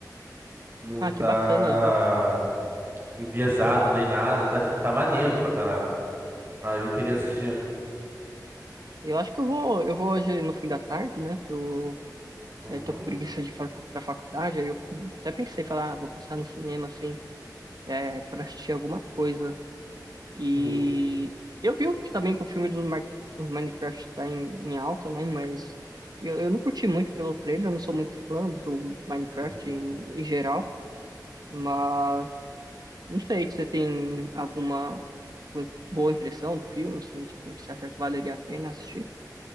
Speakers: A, on the right (about 35°); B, on the right (about 65°).
A: Não
B: Ah,
A: tá
B: que bacana. Eu,
A: enviesado nem nada, tá tipo, tá maneiro pra caraca. Ah, eu queria assistir.
B: eu acho que eu vou, eu vou hoje no fim da tarde, né? Tô,
A: Uhum,
B: Eu tô com preguiça de ir pra, pra faculdade, aí eu até pensei, falar, ah, vou passar no cinema, assim, é, pra assistir alguma coisa. E
A: uhum,
B: eu vi o- também que o filme do Mar- Minecraft tá em, em alta, né? Mas eu, eu não curti muito pelo trailer, eu não sou muito fã do, do Minecraft
A: uhum.
B: em, em geral. Mas não sei você tem alguma, tipo, boa impressão do filme, assim, tipo, você acha que valeria a pena assistir?